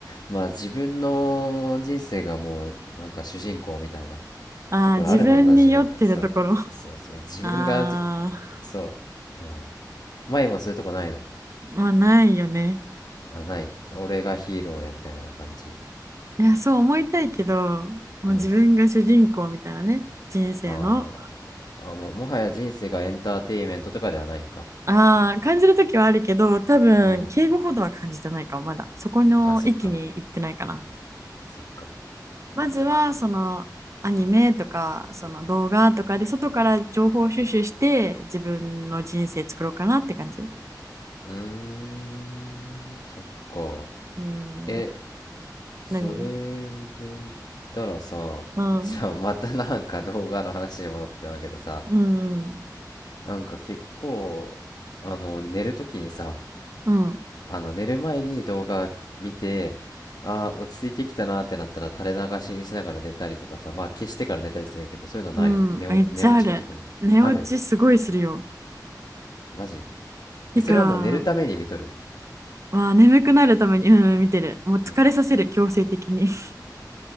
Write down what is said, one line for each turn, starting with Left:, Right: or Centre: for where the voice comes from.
Left: まあ自分の人生がもうなんか主人公みたいな
Right: ああー、
Left: ところあるもんな、
Right: 自分に酔ってるところ。
Left: 自分が。そう、そうそう、
Right: <laughs>
Left: 自分がじ、
Right: ああ、
Left: そう、うん。前もそういうとこないの
Right: まあないよね。
Left: あ、ない。俺がヒーローやみたいな感じ。
Right: いや、そう思いたいけど、もう自分が主人公みたいなね、
Left: うん。
Right: 人生の。
Left: あーあ、もう、もはや人生がエンターテインメントとかではないんか。
Right: ああ、感じるときはあるけど、多分、
Left: うん。
Right: 敬語ほどは感じてないかも、まだ。そこの域に行ってないかな。
Left: あ、そっか。そっか。
Right: まずは、その、アニメとか、その動画とかで、外から情報収集して、自分の人生作ろうかなって感じ。
Left: うーん、そっか。
Right: うん。
Left: え、それで言ったらさ、
Right: 何うん。
Left: <laughs> じゃあまたなんか動画の話に戻ってまうけどさ、
Right: うん。
Left: なんか結構、あの、寝るときにさ、
Right: うん。
Left: あの、寝る前に動画見て、ああ、落ち着いてきたなーってなったら垂れ流しにしながら寝たりとかさ、まあ消してから寝たりするんやけど、そういうのない。
Right: うん。
Left: 寝お、
Right: めっちゃある。
Left: 寝落ちの時に。
Right: 寝落ちすごいするよ。
Left: あるマジ
Right: てか、
Left: え、それはもう寝るために見とる
Right: まあ、眠くなるために、うん、見てる。もう疲れさせる、
Left: うん。
Right: 強制的に。<laughs>